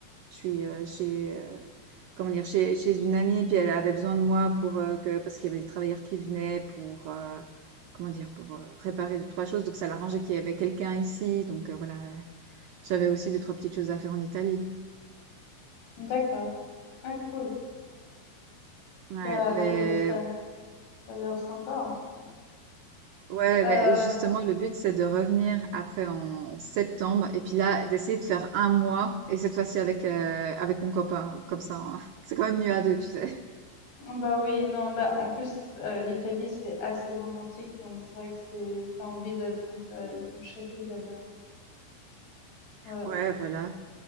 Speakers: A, on the right (about 85°); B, on the left (about 80°).
A: je suis euh, chez, euh, comment dire, chez, chez une amie, puis elle avait besoin de moi pour euh, que, parce qu'il y avait des travailleurs qui venaient pour, euh, comment dire, pour euh, réparer deux, trois choses. Donc, ça l'arrangeait qu'il y avait quelqu'un ici. Donc, euh, voilà, j'avais aussi deux, trois petites choses à faire en Italie.
B: D'accord. Ah cool.
A: Ouais,
B: Bah
A: mais,
B: ça, ça, ça a l'air sympa en tout cas.
A: ouais,
B: Euh,
A: mais justement, le but, c'est de revenir après en septembre et puis là, d'essayer de faire un mois et cette fois-ci avec, euh, avec mon copain. Comme ça, on- <laughs> c'est quand même mieux à deux, tu sais.
B: bah oui, non, bah en plus euh, l'Italie c'est assez romantique, donc c'est vrai que c'est t'as envie d'être un peu avec ton chéri là-bas. Ouais.
A: Ouais, voilà.